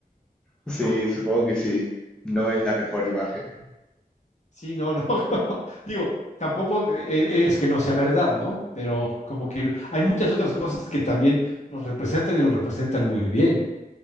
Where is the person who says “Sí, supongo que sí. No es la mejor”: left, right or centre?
Centre